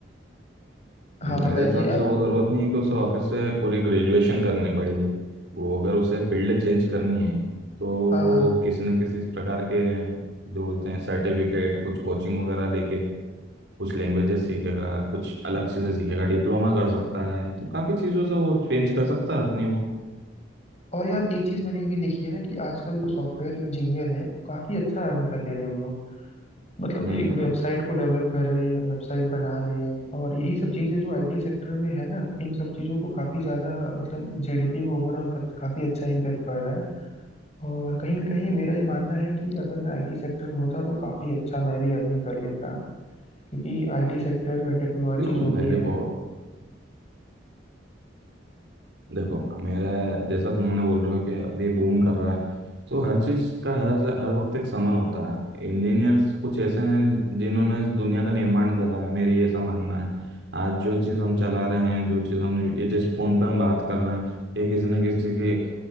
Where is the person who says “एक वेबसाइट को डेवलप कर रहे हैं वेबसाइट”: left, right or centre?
Left